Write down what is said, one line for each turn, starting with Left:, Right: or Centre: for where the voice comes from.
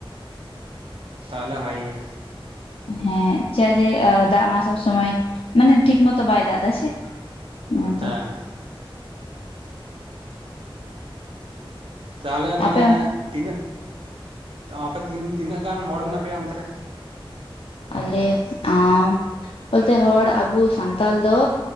Right: ᱛᱟᱦᱚᱞᱮ ᱵᱷᱟᱜᱤ ᱜᱮ᱾
Left: ᱦᱮᱸ ᱪᱮᱫ ᱡᱮ ᱫᱟᱜ ᱢᱟ ᱥᱚᱵᱽ ᱥᱚᱢᱚᱭ ᱢᱟᱱᱮ ᱴᱷᱤᱠ ᱢᱚᱛᱚ ᱵᱟᱭ ᱫᱟᱜ ᱮᱫᱟ ᱦᱮᱸ ᱥᱮ᱾ ᱚᱱᱟ ᱛᱮ,
Right: ᱦᱮᱸ ᱛᱟᱦᱚᱞᱮ ᱢᱟᱱᱮ
Left: ᱟᱯᱮ ᱚᱱᱛᱮ
Right: ᱛᱤᱱᱟᱹᱜ ᱟᱯᱮ ᱛᱤᱱ ᱛᱤᱱᱟᱹᱜ ᱜᱟᱱ ᱦᱚᱲ ᱢᱮᱱᱟᱜ ᱯᱮᱭᱟ ᱚᱱᱛᱮ ᱨᱮ?
Left: ᱟᱞᱮ ᱟᱸ ᱵᱚᱞᱛᱮ ᱦᱚᱲ ᱟᱵᱚ ᱥᱟᱱᱛᱟᱞ ᱫᱚ